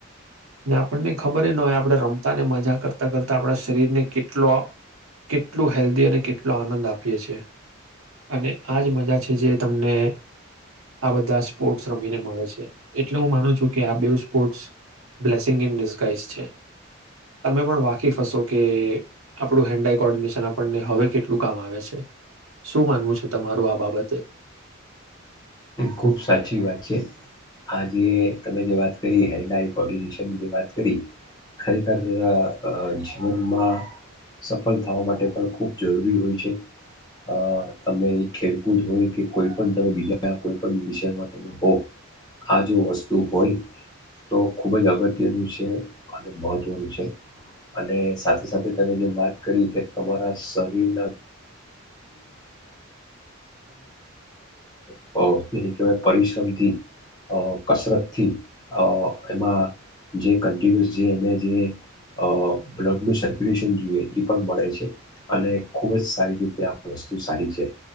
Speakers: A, on the right (about 80°); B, on the left (about 20°).
A: ને આપણને ખબર ન હોય આપણે રમતાને મજા કરતા કરતા આપણા શરીરને કેટલો કેટલું હેલ્ધી અને કેટલો આનંદ આપીએ છે અને આજ મજા છે જે તમને આ બધા સ્પોર્ટ્સ રમીને મળે છે એટલે હું માનું છું કે આ બે સ્પોર્ટ્સ બ્લેસિંગ ઈન ડિસગાઈશ છે તમે પણ વાકીફ હશો કે આપણું હેન્ડ કોર્ડિનેશન આપણને હવે કેટલું કામ આવે છે શું માનવું છે તમારું આ બાબતે.
B: ખુબ સાચી વાત છે આજે તમે જે વાત કરી હેન્ડડાઈ કોર્ડિનેશનની જે વાત કરી ખરેખર અ જીવનમાં સફળ થવા માટે પણ ખૂબ જરૂરી હોય છે અ તમે ખેલકૂદ હોય કે કોઈ પણ તમે બીજા ત્યા કોઈ પણ વિષયમાં તમે હોવ આ જો વસ્તુ હોય તો ખૂબ જ અગત્યનું છે અને મહત્ત્વનું છે અને સાથે સાથે તમે જે વાત કરી કે તમારા શરીર એને કહેવાય અ પરિશ્રમથી અ કસરતથીઅ એમાં જે કન્ટિન્યુઅસ જે એને જે અ બ્લડનું સર્ક્યુલેશન જોઈએ એ પણ મળે છે અને ખૂબ જ સારી રીતે આ વસ્તુ સારી છે